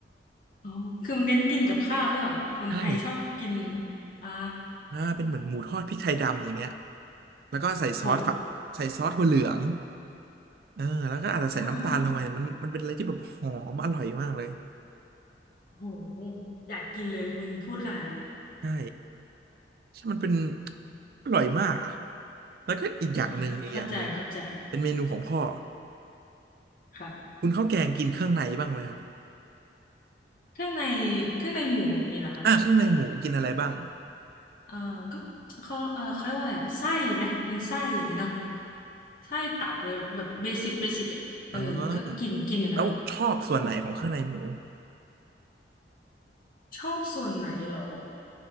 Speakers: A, on the left; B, on the right.
A: อ๋อคือมันเน้นกินกับข้าวหรือเปล่าแบบคนไทยชอบกิน
B: ใช่
A: อ่า
B: อ่าเป็นเหมือนหมูทอดพริกไทยดำอย่างเงี้ยแล้วก็ใส่ซอสฝักใส่ซอสถั่วเหลือง
A: โห
B: เออแล้วก็อาจจะใส่น้ำตาลลงไปแต่มันมันเป็นอะไรที่แบบหอมอร่อยมากเลย
A: อ่าโหอยากกินเลยคุณพูดขนาดนี้
B: ใช่ใช่มันเป็นอร่อยมากอ่ะแล้วก็อีกอย่างหนึ่งอีกอย่างหนึ่ง
A: อ่าเข้าใจเข้าใจ
B: เป็นเมนูของพ่อ
A: ค่ะ
B: คุณข้าวแกงกินเครื่องในบ้างไหมครับ
A: เครื่องใน เครื่องในหมูอย่างนี้เหรอคะ
B: อ่าเครื่องในหมูกินอะไรบ้าง
A: เออก็เขาเออเขาเรียกว่าอะไรอะไส้ไหมเป็นไส้อย่างนี้เนาะไส้ตับเลยแบบเบสิกเบสิกอะเออ
B: อ๋อ
A: ก็กินกินอยู่นะคะ
B: แล้วชอบส่วนไหนของเครื่องในหมู
A: ชอบส่วนไหนเหรอ